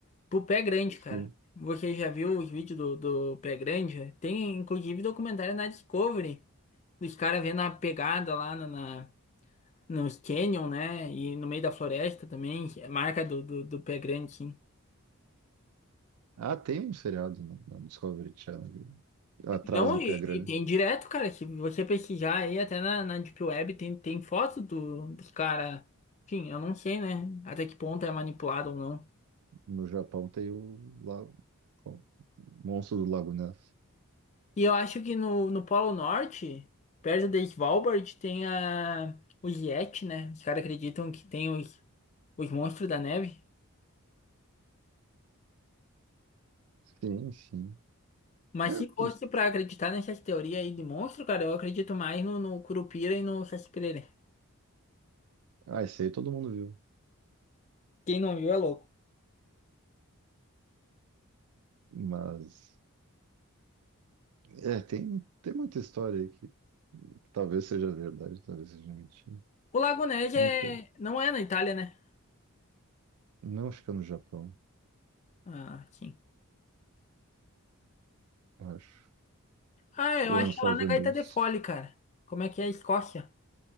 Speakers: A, on the left; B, on the right.
A: Pro Pé Grande, cara.
B: Sim.
A: Você já viu os vídeos do, do Pé Grande? Tem inclusive documentário na Discovery. Os caras vendo a pegada lá na, na- nos Canyon, né? E no meio da floresta também. é Marca do, do, do Pé Grande, sim.
B: Ah, tem um seriado na, na Discovery Channel, atrás
A: Não,
B: do Pé
A: e,
B: Grande.
A: e tem direto, cara. Se você pesquisar aí, até na, na Deep Web, tem, tem foto do, dos cara. Enfim, eu não sei, né? Até que ponto é manipulado ou não.
B: No Japão tem o, La- o Monstro do Lago Ness.
A: E eu acho que no, no Polo Norte, perto de Svalbard, tem a, os Yeti, né? Os caras acreditam que tem os, os monstros da neve.
B: Sim, sim.
A: Mas
B: É,
A: se fosse
B: dos-
A: pra acreditar nessas teorias aí de monstro, cara, eu acredito mais no, no Curupira e no Saci-Pererê.
B: ah, esse aí todo mundo viu.
A: Quem não viu é louco.
B: Mas, é, tem, tem muita história aí que talvez seja verdade, talvez seja mentira.
A: O Lago Nege
B: Nunca.
A: é... não é na Itália, né?
B: Não, acho que é no Japão,
A: Ah, sim.
B: acho.
A: Ah, eu
B: Ou
A: acho
B: é nos Estados
A: lá na
B: Unidos.
A: Gaita de Fole, cara. Como é que é a Escócia?